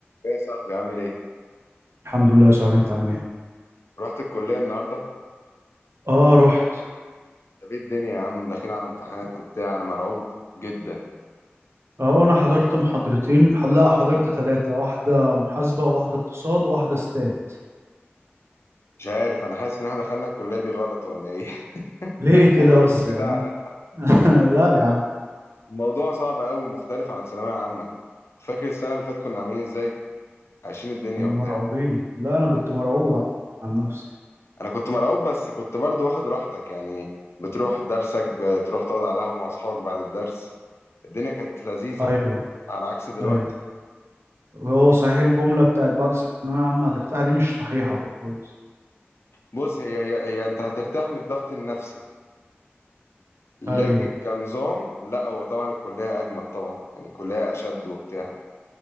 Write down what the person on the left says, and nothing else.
ايه يا صاحبي عامل ايه؟
رحت الكلية النهاردة؟
طب ايه الدنيا يا عم داخلين على امتحانات وبتاع انا مرعوب جدا
مش عارف انا حاسس ان احنا دخلنا الكلية دي غلط ولا ايه؟ <laughs>
الموضوع
مش
بتاعنا
الم-
الموضوع صعب قوي ومختلف عن ثانوية عامة فاكر السنة اللي فاتت كنا عاملين ازاي؟ عايشين الدنيا
وبتاع
انا كنت مرعوب بس كنت برضو واخد راحتك يعني بتروح درسك بتروح تقعد على القهوة مع اصحابك بعد الدرس الدنيا كانت لذيذة
على عكس دلوقتي
بص هي هي, هي انت هترتاح من الضغط النفسي لكن
كنظام لا هو طبعا الكلية أجمد طبعا يعني الكلية أشد وبتاع